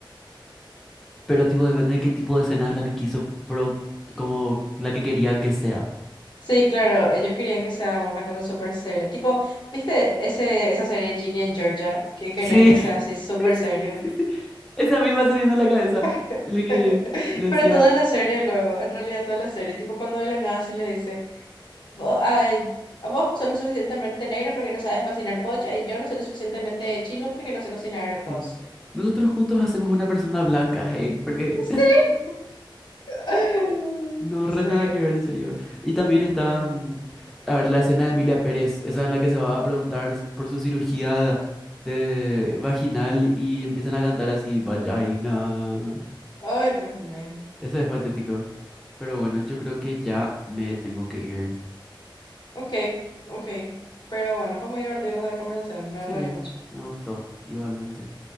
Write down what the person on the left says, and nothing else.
Sí, claro, ellos querían que sea una cosa súper seria. Tipo, ¿viste ese, esa serie Ginny and Georgia? Que querían
que sea así súper serio.
<laughs>
Pero toda la serie luego, en realidad toda la serie, tipo cuando de la nada sí le dice, vos, ay, vos no sos lo suficientemente negro porque no sabes cocinar pollo y yo no soy lo suficientemente chino porque no sé cocinar arroz.
<laughs> Sí.
<laughs>
Sí,
sí.
Ay, Dios mío.
Ok, ok. Pero bueno, fue muy divertido nuestra conversación. Me
reí mucho.